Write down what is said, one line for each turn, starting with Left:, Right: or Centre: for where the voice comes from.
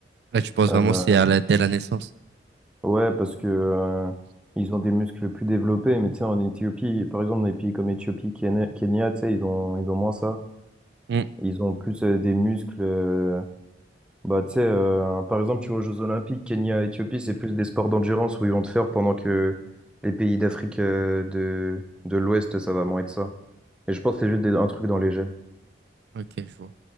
Right: Là, tu penses vraiment
Centre: Euh,
Right: que c'est à la, dès la naissance?
Centre: ouais, parce que euh, ils ont des muscles plus développés, mais tu sais, en Éthiopie, par exemple, dans des pays comme Éthiopie, Kenya, Kenya, tu sais, ils ont, ils ont moins ça.
Right: Hmm,
Centre: Ils ont plus euh, des muscles. euh, Bah, tu sais, euh, par exemple, tu vois aux Jeux Olympiques, Kenya, Éthiopie, c'est plus des sports d'endurance où ils vont te faire pendant que les pays d'Afrique euh, de, de l'Ouest, ça va moins être ça. Et je pense que c'est juste des- un truc dans les gènes.
Right: ok, je vois.